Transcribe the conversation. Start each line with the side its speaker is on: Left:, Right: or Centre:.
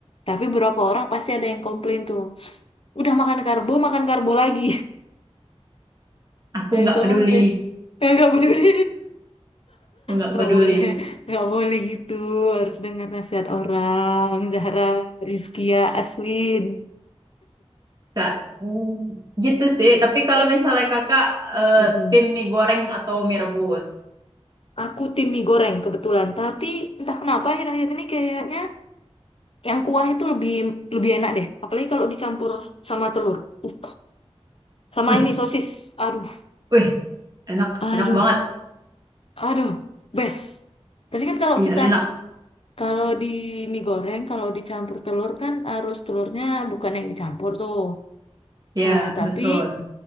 Left: Tapi beberapa orang pasti ada yang komplain tuh. Udah makan karbo, makan karbo lagi. <laughs>
Right: Aku
Left: Kayak
Right: nggak
Left: komplain.
Right: peduli,
Left: Kayak gak peduli.
Right: aku nggak
Left: nggak
Right: peduli.
Left: boleh, nggak boleh gitu. Harus dengar nasihat orang. Zahra, Rizkia, Aswin.
Right: Kak, Hmm, gitu sih. Tapi kalau misalnya kakak eh,
Left: Mm-mm.
Right: tim mie goreng atau mie rebus,
Left: Aku tim mie goreng kebetulan. Tapi entah kenapa akhir-akhir ini kayaknya yang kuah itu lebih lebih enak deh. Apalagi kalau dicampur sama telur. Uh, Sama
Right: wih,
Left: ini sosis. Aduh,
Right: wih, enak,
Left: Aduh,
Right: enak banget.
Left: aduh, best. Tapi kan kalau
Right: Iya,
Left: kita
Right: enak.
Left: kalau di mie goreng kalau dicampur telur kan harus telurnya bukan yang dicampur tuh.
Right: Iya,
Left: Eh, tapi
Right: betul.